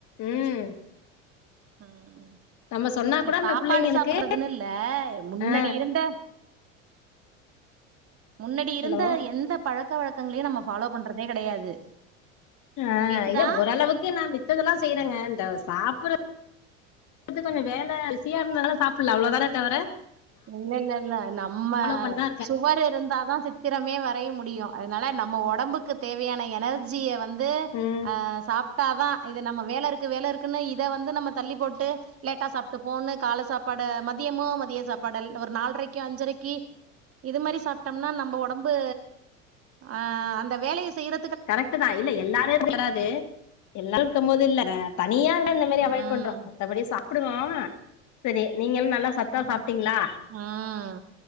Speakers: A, on the left; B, on the right.
A: ம்
B: ம்
A: நம்ம சொன்னா
B: இல்ல
A: கூட அந்த
B: சாப்பாடு
A: புள்ளைங்களுக்கு
B: சாப்படுறதுன்னு இல்ல முன்னடி
A: ஆ
B: இருந்த முன்னடி இருந்த
A: ஹலோ
B: எந்த பழக்க வழக்கங்களையு நம்ம ஃபாலோ பண்றதே கெடையாது
A: ஆ
B: கேக்குதா
A: ஏ ஓரளவுக்கு நா மித்ததெல்லா செய்யறங்க இந்த சாப்பற து கொஞ்ச வேல பிசியா இருந்தனால சாப்பல்ல அவ்ளதான தவர
B: இல்ல இல்ல இல்ல நம்ம
A: பண்ணிதா இருக்கே
B: சுவர் இருந்தாதா சி த்திரமே வரைய முடியு அதனால நம்ம ஒடம்புக்கு தேவையான எனர்ஜிய வந்து
A: ம்
B: ஆ சாப் ட்டாதா இது நம்ம வேல இருக்கு வேல இருக்குன்னு இத வந்து நம்ம தள்ளி போட்டு லேட்டா சாப்ட்டு போன்னு கால சாப்பாடு மதியமு மதிய சாப்பாட ஒரு நால்ரைக்கு அஞ்சரைக்கு இது மாரி சாப்ட்டம்னா நம்ம ஒடம்பு அ அந்த வேலைய செய்ற
A: கரெக்ட்டுதா இல்ல எல்லாரையு வராது எல்லா இருக்கும் போது இல்ல தனியா இருந்தா இந்த மாரி அவாய்ட்
B: ம்
A: பண்றோ மத்தபடி சா ப்டுவோ செரி நீங்கெலா நல்லா சத்தா
B: ம்
A: சாப்ட்டிங்ளா
B: ம்